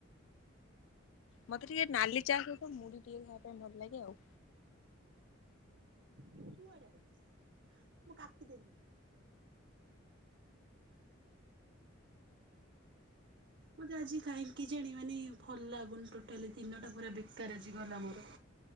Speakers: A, on the left; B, on the right.
A: ମତେ ଟିକେ ନାଲି ଚା ସହି ମୁଢି ଟିକେ ଖାଇବା ପାଇଁ ଭଲ ଲାଗେ ଆଉ।
B: କୁଆଡେ ଆଉଚି ମୁଁ କାଟିଦେବି। ମତେ ଆଜି କାହିଁକି କେଜାଣି ମାନେ ଭଲ୍ ଲାଗୁନି ଟୋଟାଲି ଦିନଟା ପୁରା ବେକାର ଆଜିଗଲା ମୋର।